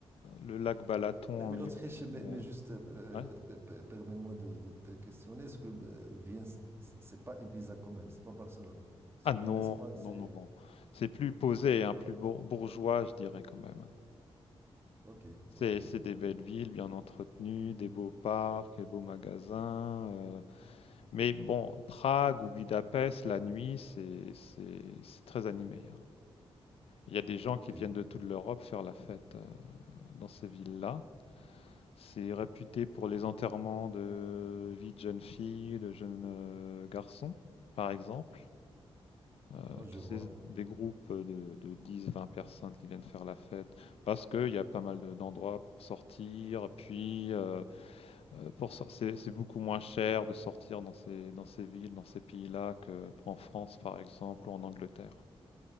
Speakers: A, on the left; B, on the right.
A: le lac Balaton
B: Mais,
A: en
B: mais
A: Hongrie,
B: l'Autriche, mais,
A: euh,
B: mais juste, euh,
A: ouais.
B: pe- pe- permets-moi de, de te questionner. Est-ce que euh, Vienne, c- c'est pas Ibiza quand même, c'est pas Barcelone? Parce
A: Ah
B: que
A: non,
B: moi, l'Espagne, c'est.
A: non, non, non. C'est plus posé, hein, plus bour- bourgeois, je dirais quand même.
B: Ok,
A: C'est
B: ok,
A: c'est des belles villes, bien entretenues, des beaux parcs, des beaux magasins. euh, Mais bon, Prague ou Budapest, la nuit, c'est c'est- c'est très animé. hein. Il y a des gens
B: ok.
A: qui viennent de toute l'Europe faire la fête euh, dans ces villes-là. C'est réputé pour les enterrements de vie de jeunes filles, de jeunes euh, garçons, par exemple. Euh,
B: Ah, je
A: tu
B: vois.
A: sais, des groupes de, de 10-20 personnes qui viennent faire la fête parce qu'il y a pas mal de- d'endroits pour sortir. Puis, euh, euh, pour sor- c'est c'est beaucoup moins cher de sortir dans ces, dans ces villes, dans ces pays-là qu'en France, par exemple, ou en Angleterre.